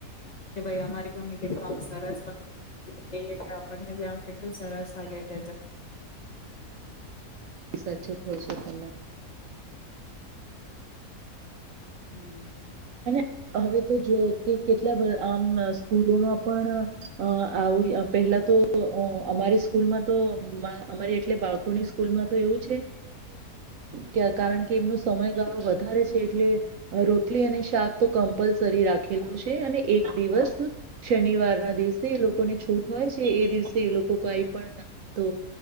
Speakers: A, on the left; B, on the right.
A: કે ભાઈ અમારી મમ્મી કેટલું આપ સરસ બનાવે ટ આપણને બી આમ કેટલું સરસ લાગે ચ
B: એ સા અચછું ખુશો તોમેં
A: હમ
B: અને હવે તો જો કે કેટલા આમ સ્કૂલોમાં પણ આવ પહેલા તો અમારી સ્કૂલમાં તો અમારે એટલે બાળકોની સ્કૂલમાં તો એવું છે કે કારણ કે એમનો સમયગાળો વધારે છે એટલે રોટલી અને શા તો કમ્પલસરી રાખેલું છે અને એક દિવસ શનિવાર ના દિવસે એ લોકોને છૂટ હોય છે એ દિવસે એ લોકો કઈ પણ તો